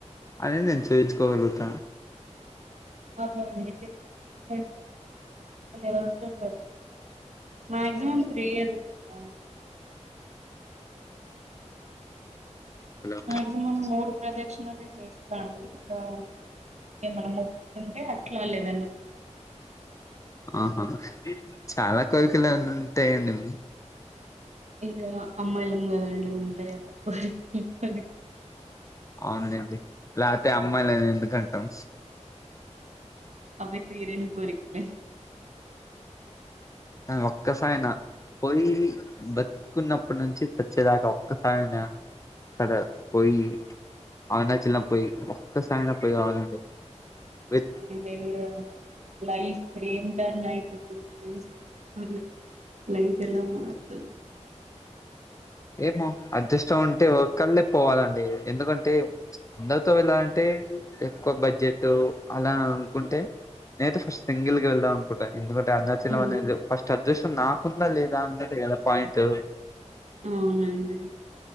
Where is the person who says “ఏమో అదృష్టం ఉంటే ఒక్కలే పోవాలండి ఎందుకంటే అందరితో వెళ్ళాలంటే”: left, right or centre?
Left